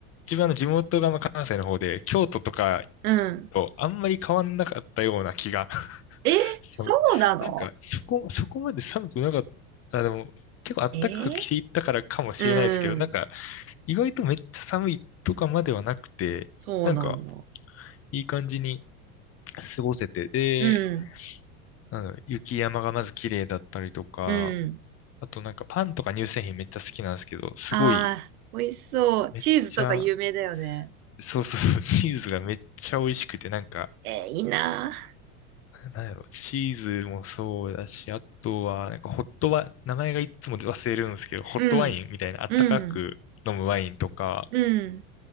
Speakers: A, on the left; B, on the right.
A: 自分の地元がまあ関西の方で、京都とか
B: うん。
A: とあんまり変わんなかったような気が。
B: え、
A: そうなんか、
B: そうなの
A: そこ、そこまで寒くなかった。あ、でも、結構暖かく着ていったからかもしれないですけど、
B: えう
A: なんか、
B: ん、
A: 意外とめっちゃ寒いとかまではなくて、
B: そうなんだ。
A: なんかいい感じに過ごせて、で、
B: うん、
A: なんだろう雪山がまず綺麗だったりとか、
B: うん。
A: あとなんかパンとか乳製品めっちゃ好きなんですけど、すごい
B: ああ、美味しそう。
A: めっちゃ、
B: チーズとか有名だよね。
A: そうそうそう、チーズがめっちゃ美味しくて、なんか、
B: えーいいなあ
A: なんやろ、チーズもそうだし、あとは、なんかホットワ、名前がいつも忘れるんですけど、ホットワインみたいなあったかく飲むワインとか、
B: うん。うん。うん。